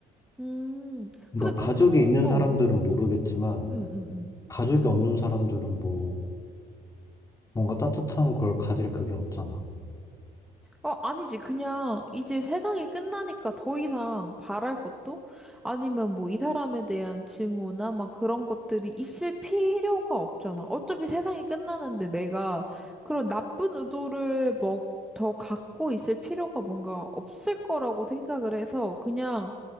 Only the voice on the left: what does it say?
그러니까
가족이 있는
사람들은 모르겠지만
가족이 없는 사람들은 뭐 뭔가 따뜻한 걸 가질 그게 없잖아.